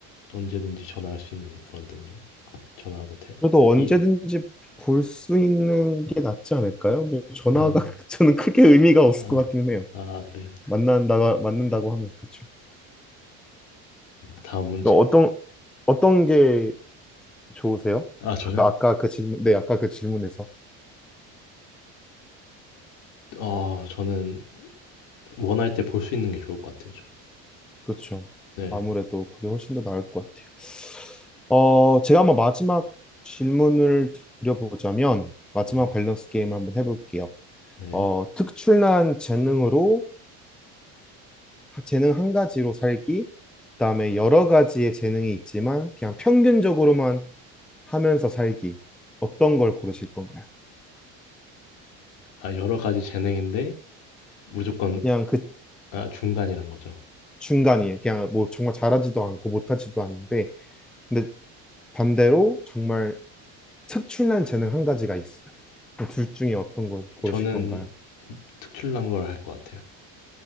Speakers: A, on the left; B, in the centre.
A: 언제든지 전화할 수 있는 그런 능력, 전화하고 돼
B: 그래도 언제든지
A: 예.
B: 볼 수 있는 게 낫지 않을까요? 뭐 전화가
A: 음,
B: <laughs> 저는 크게 의미가 없을
A: 아,
B: 것 같기는 해요.
A: 아 그래요.
B: 만난다가 만난다고 하면 그렇죠.
A: 다음 문제.
B: 어떤 어떤 게 좋으세요?
A: 아 저요?
B: 그 아까 그 질문, 네, 아까 그 질문에서
A: 어, 저는 원할 때 볼 수 있는 게 좋을 것 같아요. 저도.
B: 그렇죠.
A: 네,
B: 아무래도 그게 훨씬 더 나을 것 같아요. 어, 제가 한번 마지막 질문을 드려보자면 마지막
A: 네,
B: 밸런스 게임 한번 해볼게요.
A: 네.
B: 어, 특출난 재능으로 재능 한 가지로 살기, 그다음에 여러 가지의 재능이 있지만 그냥 평균적으로만 하면서 살기. 어떤 걸 고르실 건가요?
A: 아, 여러 가지 재능인데 무조건
B: 그냥 그
A: 아, 중간이란 거죠.
B: 중간이에요. 그냥 뭐 정말 잘하지도 않고 못하지도 않는데, 근데 반대로 정말 특출난 재능 한 가지가 있어요. 둘 중에 어떤 걸 고르실
A: 저는
B: 건가요?
A: 특출난 걸 할 것 같아요.